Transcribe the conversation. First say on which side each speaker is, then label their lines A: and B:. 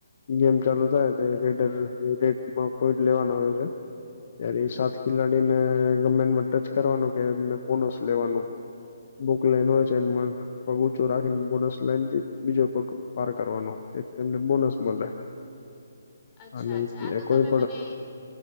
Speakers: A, on the left (about 50°); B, on the left (about 25°).
A: જેમ ચાલુ થાય તે રેડર રેડ પોઇન્ટ લેવાના હોય છે. ત્યારે ઈ સાત ખિલાડીને ગમે એનમાં ટચ કરવાનું કે એમને બોનસ લેવાનું. બુક લેનોય છે એનમાં પગ ઊંચો રાખીને બોનસ લાઈનથી બીજો પગ પાર કરવાનો. તેથી તેમને બોનસ મળે.
B: અચ્છા
A: અને ઈ
B: અચ્છા આ
A: કે
B: તો
A: કોઈ
B: તમે
A: પણ
B: મને